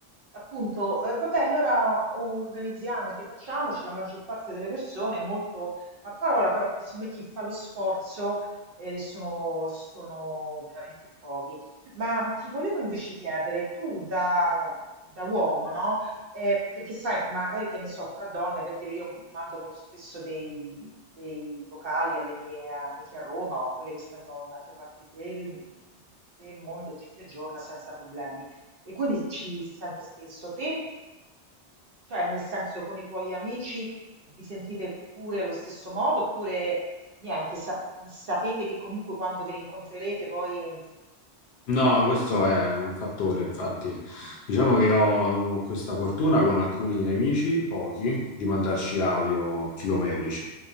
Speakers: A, on the right; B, on the left.
A: appunto, eh, vabbè, allora organizziamoci, facciamoci, la maggior parte delle persone è molto a parola, però poi secondo me chi fa lo sforzo eh, sono, sono veramente in pochi. Ma ti volevo invece chiedere, tu da, da uomo, no? Eh, perché sai, magari che ne so, fra donne, per dire, io mando molto spesso dei, dei vocali alle mie amiche a Roma o a quelle che stanno in altre parti del, del mondo e ci si aggiorna senza problemi. E quindi ci si sente spesso. Te, cioè nel senso con i tuoi amici vi sentite pure allo stesso modo oppure niente, sa- sapete che comunque quando vi rincontrerete poi... <laughs>
B: No, questo è un fattore, infatti. Diciamo che ho questa fortuna con alcuni amici, pochi, di mandarci audio chilometrici. Mm.